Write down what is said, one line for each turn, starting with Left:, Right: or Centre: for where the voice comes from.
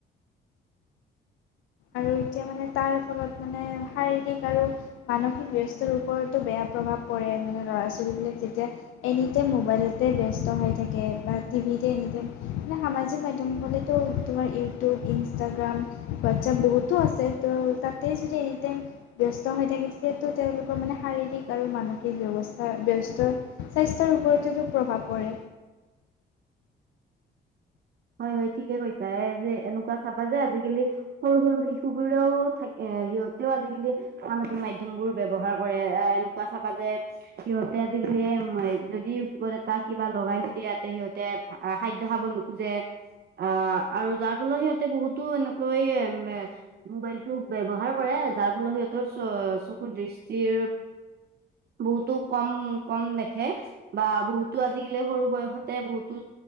Left: আৰু এতিয়া মানে তাৰ ফলত মানে শাৰীৰিক আৰু মানসিক ব্যস্তৰ ওপৰতো বেয়া প্ৰভাৱ পৰে মানে ল'ৰা ছোৱালীবিলাক যেতিয়া এনিটাইম মোবাইলতে ব্যস্ত হৈ থাকে বা টিভিতে এনিটাইম <unintelligible> সামাজিক মাধ্যম হ'লে তো তোমাৰ ইউটিউব ইনষ্টাগ্ৰাম হোৱাটচএপ বহুতো আছে ত' তাতে যদি এনিটাইম ব্যস্ত হৈ থাকে, তেতিয়াটো তেওঁলোকৰ মানে শাৰীৰিক আৰু মানসিক ব্যৱস্থা ব্যস্ত স্বাস্থ্যৰ ওপৰতোতো প্ৰভাৱ পৰে।
Right: হয়, হয় ঠিকে কৈছা। এই যে এনেকুৱা চাবা যে, আজিকালি সৰু সৰু শিশু বোৰেও থাকে এ, সিহঁতেও আজিকালি সামাজিক মাধ্যম বোৰ ব্যৱহাৰ কৰে, এ, এনেকুৱা চাবা যে সিহঁতে আজিকালি উম, যদি ইউটিউবৰ এটা কিবা লগাই নিদিয়েতে সিহঁতে খাদ্যয় খাব নো যে, আ, আৰু তাৰ ফলত সিহঁতে বহুতো এনেকৈ মোবাইলটো ব্যয়ৱহাৰ কৰে, যাৰ ফলত সিহঁতৰ চ-চকুৰ দৃষ্টিৰ বহুতো কম, কম দেখে। বা বহুতো আজিকালি সৰু বয়সতে বহুতো